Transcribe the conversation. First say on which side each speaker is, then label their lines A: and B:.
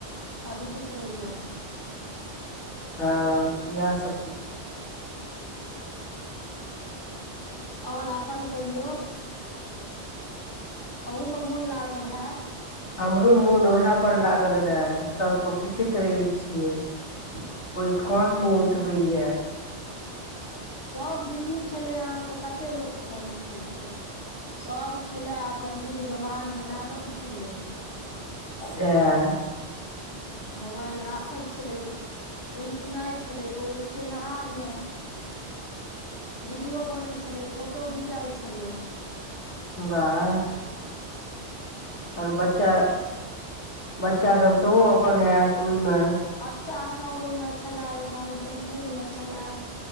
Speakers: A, on the left; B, on the left.
A: अदभुत होइये।
B: हँ इएह सब किछ
A: और अपन कहियौ। अहूँके मोन लागल हैत।
B: हमरो मोन उएह पर लागल रहए सभके पुछैत रहै छियै। कोई फोन नहि उठबैये।
A: सभ बिजी छलै अहाँके कतेक लोक फोन उठेबितै। सभ छले अपन विधि व्यवहारमे लागल छलै।
B: सयह।
A: मोबाइल राखल छलै। टुन टुनाइ छलै कोइ उठेनिहार नहि। वीडियो बनैत छलै फोटो घिचाइ छलै।
B: बाह। आओर बच्चा बच्चासभ सेहो अपन हत ओहिमे
A: चाह सब ओहिमे छलए एकदम धुरखुल मे छलए।